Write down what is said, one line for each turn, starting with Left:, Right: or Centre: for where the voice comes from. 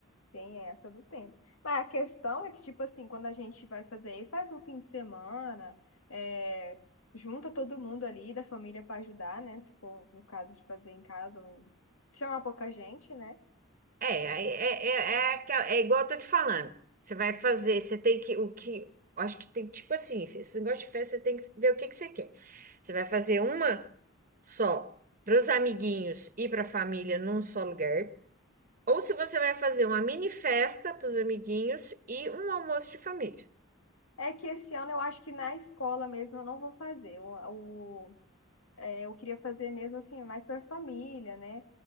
Left: Tem essa do tempo. Mas a questão é que, tipo assim, quando a gente vai fazer isso, faz no fim de semana, é, junta todo mundo ali da família para ajudar, né? Se for no caso de fazer em casa, ou chamar pouca gente, né?
Right: É, aí é, é, é, aquela- é igual eu tô te falando. Você vai fazer, você tem que, o que, acho que tem, tipo assim, esse negócio de festa, você tem que ver o que que você quer. Você vai fazer uma só para os amiguinhos e para a família num só lugar. Ou se você vai fazer uma mini festa para os amiguinhos e um almoço de família.
Left: É que esse ano eu acho que na escola mesmo eu não vou fazer. O, o- é, eu queria fazer mesmo assim, mais para família, né?